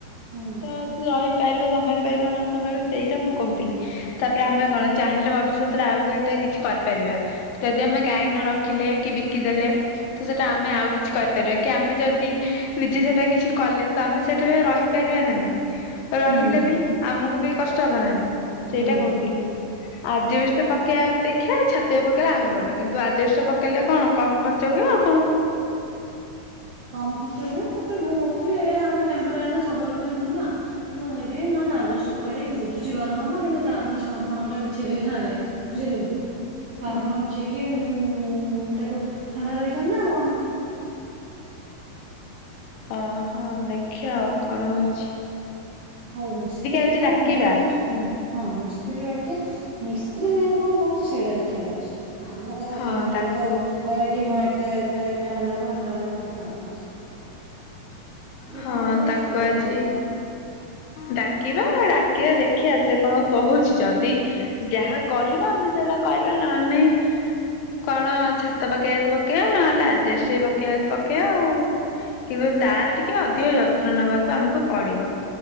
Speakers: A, on the right; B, on the left.
A: ହୁଁ
B: ତ ସେ ରହି ପାରିବ ସମ୍ଭାଳି ପାରିବ ନ ସମ୍ଭାଳିବ ସେଇଟା ମୁଁ କହୁଥିଲି ତାପରେ ଆମେ କଣ ଚାହିଁଲେ ଭବିଷ୍ୟତରେ ଆଉ ସେଟା କିଛି କରିପାରିବା ଯଦି ଆମେ ଗାଈ ନ ରଖିଲେ। କି ବିକିଦେଲେ ତ ସେଇଟା ଆମେ ଆଉ କିଛି କରିପାରିବା କି ଆମେ ଯଦି ନିଜେ ସେଟା କିଛି କଲେ ତ ଆମେ ସେଠା ବି ରହିପାରିବା ନା ନାଇଁ। ରହିଲେ
A: ହୁଁ
B: ବି ଆମକୁ ବି କଷ୍ଟ ହେବନାଣି
A: ହୁଁ
B: ସେଇଟା କହୁଥିଲି ଆ ବ୍ୟସ୍ତ ପକେଇବା ଅପେକ୍ଷା ଛାତି ପକେଇଲେ ଆହୁରି ଭଲ କିନ୍ତୁ ଆଜଷ୍ଟ ପକେଇଲେ କଣ କମ ଖର୍ଚ୍ଚ ହୁଏ ଆଉ କଣ?
A: କମ ଖର୍ଚ୍ଚ ହୁଏ ତାପରେ ମୁଁ କହୁଥିଲି ଏ ଆମ ଟେମ୍ପରାଚର ନା ସବୁଳେ ପାଇଁ ନୁହେଁ ନା ତ ହେଇଥିାଇଁ ନହେଲେ ଲାଜ୍ଜ ପକେଇ ଦେଇକି ବୁଝୁଛି ଗରମ ହବ କିନ୍ତୁ ତାପରେ ଛଣ ଫଣ ଗୁା ବିଛେଇ ଦେଇଥାନ୍ତେ। ବୁଝିଲୁନି ଛଣ
B: ହୁଁ
A: ଫଣ ମିଠେଇକି ଉଁ ତାକୁ ଥଣ୍ଡା ରହିଥାନ୍ତା ଆଉ କଣ?
B: ଅହୋ ଦେଖିଆ ଆଉ କଣ ହଉ
A: ହଉ ମିସ୍ତ୍ରୀ
B: ଆଜି
A: ଲାଗିଲେ
B: ଡାକିବା
A: ମେନ ହଉଚି
B: ହୁଁ
A: ହଁ ମିସ୍ ମିସ୍ତ୍ରୀ ରଖିବା ମିସ୍ତ୍ରୀ ମେନ କଣ କହୁଚି ସେଇଟା ଦେଖିବାର ଅଛି। ଆମ କଥା
B: ହଁ
A: କଣ
B: ତାକୁ
A: ଆମେ ତ କହିବା କି ହଁ ଏଟା ଏଟା ହେଲେ ହବ, ହେଟା ହେଲେ ହବ, ହେଟା ହେଲେ ହବ। ରେ
B: ହଁ
A: କଣ କହୁଚି
B: ତାକୁ
A: ସେଇଟା
B: ଆଜି
A: <inaudible>
B: ଡାକିବା ଡାକିବା ଦେଖିବା ସେ କଣ କହୁଛି। ଯଦି ଯାହା କହିବ ଆମେ ସେଇଟା କରିବା। ନହେଲେ ନାଇ କଣ ଛାତ ପକେଇବା ଯଦି ପକେଇବା ନହେଲେ ଆଜବେଷଟ ପକେଇବା ଯଦି ପକେଇବା ଆଉ। କିନ୍ତୁ ତାର ଟିକେ ଅଧିକ ଯତ ଯତ୍ନ ନେବାକୁ ଆମକୁ ପଡିବ।